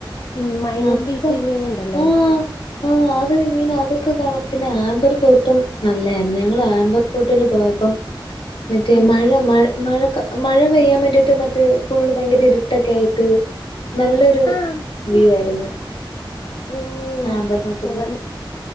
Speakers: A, on the left; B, on the left.
A: ഉം മൈന്യൂട്ട്
B: പിന്നതൊക്കെ
A: ഡീറ്റെയിലിംഗ് ഉണ്ടല്ലേ
B: ആഹ് ആഹ് അത് ഇങ്ങനെ അതൊക്കെ കാണുമ്പത്തി പിന്നെ ആബർ ഫോ ട്ടും നല്ലെയിര്ന്നെ ഞങ്ങള് ആംബർ ഫോർട്ടിൽ പോയപ്പം മറ്റേ
A: ഉം
B: മഴ മഴ മഴകാ മഴ പെയ്യാൻ വേണ്ടിട്ട് മറ്റേ ഫുള്ള് ഭയങ്കര ഇരുട്ടൊക്കായിട്ട് നല്ല രു
A: ആഹ്
B: വ്യൂ ആര്ന്ന്
A: ഓ
B: ആബർഫോർട്ടില്
A: കൊള്ളാം.